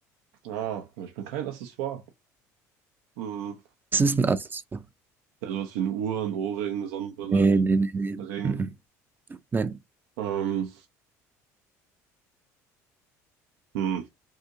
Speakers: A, on the right; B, on the right.
A: Ah, aber ich bin kein Accessoire. Hm.
B: Es ist ein Accessoire.
A: Ja, sowas wie eine Uhr, ein Ohrring, eine Sonnenbrille,
B: Nee, nee, nee, nee.
A: ein Ring.
B: Mhm. Nein,
A: Ähm, hm.